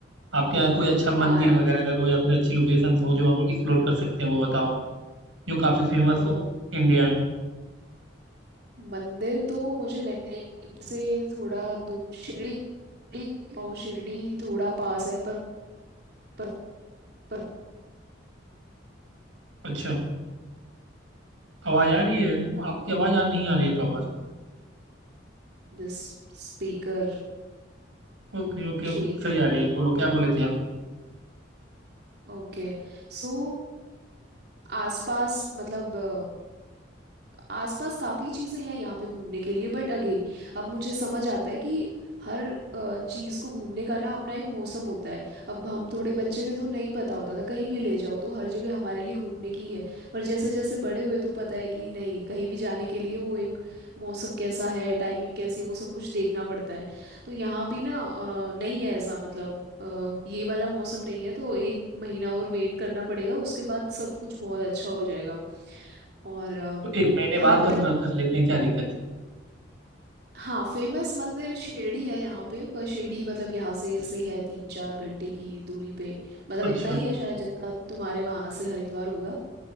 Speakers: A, on the right; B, on the right.
A: आपके यहाँ कोई अच्छा
B: हाँ
A: मंदिर वगैरह अगर हो या फिर अच्छी लोकेशन हो जो हम एक्सप्लोर कर सकते हैं वो बताओ जो काफी फेमस
B: अ,
A: हो इंडिया में
B: मंदिर तो मुझे नहीं से थोड़ा दूर शिरडी और शिरडी थोड़ा पास है पर, पर, पर
A: अच्छा आवाज आ रही है आपकी आवाज आ नहीं आ रही है प्रॉपर
B: दिस स्पीकर
A: ओके ओके
B: चेंज
A: अब सही
B: हो
A: आ रही
B: गया
A: है बोलो क्या बोले थे आप
B: ओके सो आसपास मतलब अ, आसपास काफ़ी चीज़ें हैं यहाँ पे घूमने के लिए बट अगेन अब मुझे समझ आता है कि हर अ, चीज़ को घूमने का ना अपना एक मौसम होता है अब हम थोड़े बच्चे थे तो नहीं पता होता था कहीं भी ले जाओ तो हर जगह हमारे लिए घूमने की ही है पर जैसे जैसे बड़े हुए तो पता है कि नहीं कहीं भी जाने के लिए वो एक मौसम कैसा है टाइमिंग कैसी है, वो सब कुछ देखना पड़ता है तो यहाँ भी ना अ, नहीं है ऐसा मतलब अ, ये वाला मौसम नहीं है तो एक महीना और वेट करना पड़ेगा उसके बाद सब कुछ बहुत अच्छा हो जाएगा और अ,
A: तो एक महीने
B: हाँ
A: बाद
B: मतलब
A: का प्लान कर लेते हैं क्या दिक्कत
B: हाँ फेमस मंदिर शिरडी है यहाँ पे पर शिरडी मतलब यहाँ से से है तीन चार घंटे की दूरी पे मतलब
A: अच्छा
B: इतना ही
A: है
B: है शायद जितना तुम्हारे वहाँ से हरिद्वार होगा